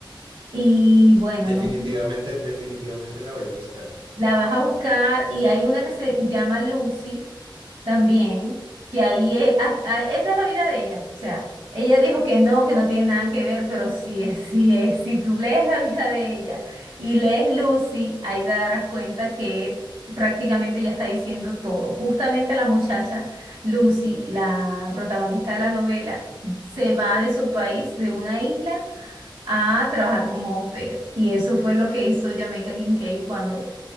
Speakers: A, on the right (about 80°); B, on the right (about 65°).
A: Y bueno,
B: definitivamente
A: no,
B: definitivamente la voy a buscar
A: la vas a buscar y hay una que se llama Lucy también, que ahí es, a- a- esa es la vida de ella. O sea, ella dijo que no, que no tiene nada que ver, pero sí es, sí es. Si tú lees la vida de ella y lees Lucy, ahí te darás cuenta que prácticamente ella está diciendo todo. Justamente la muchacha Lucy, la protagonista de la novela, se va de su país, de una isla a trabajar como au pair. Y eso fue lo que hizo Jamaica Kincaid cuando